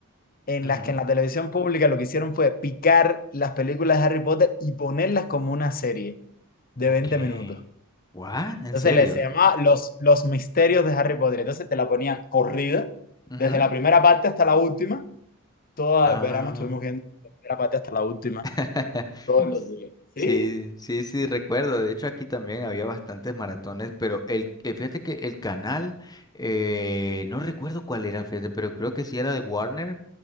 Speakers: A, on the left (about 40°); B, on the left (about 20°).
A: en
B: ujú.
A: las que en la televisión pública lo que hicieron fue picar las películas de Harry Potter y ponerlas como una serie de
B: Ok.
A: 20 minutos.
B: ¿What? ¿En
A: Entonces
B: serio?
A: le se llama los, los misterios de Harry Potter. Entonces te la ponía corrida,
B: Ujú.
A: desde la primera parte hasta la última. Todo
B: Ah.
A: el verano estuvimos viendo la primera parte hasta la última,
B: <laughs>
A: todos los días.
B: Sí,
A: Sí.
B: sí, sí, recuerdo. De hecho, aquí también había bastantes maratones, pero el, eh, fíjate que el canal, eh, no recuerdo cuál era, fíjate, pero creo que sí era de Warner.